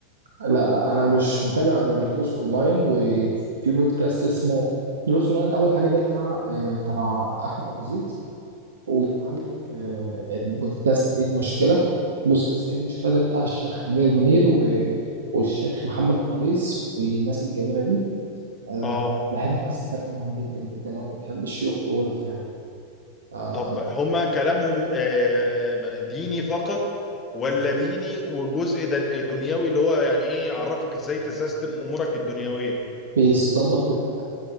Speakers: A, on the right (about 65°); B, on the left (about 25°).
A: لا لا انا مش متابع غير دروس اونلاين وفي بودكاست اسمه دروس اونلاين اول حاجه ده بتاع آه، تبع احمد ابو زيد ويبقى عندك آه، البودكاست ايه المشكلة بودكاست ايه المشكلة ده بتاع الشيخ أمير منير و... والشيخ محمد الغليظ والناس الجميلة دي آه،
B: اه
A: بحب أستفاد منهم جدا جدا يعني بحب الشيوخ دولت يعني آه،
B: طب هما كلامهم آه، ديني فقط ولا ديني وجزء دن- دنيوي اللي هو يعني ايه يعرفك ازاي تسيستم امورك الدنيوية
A: بيظبط كل حاجة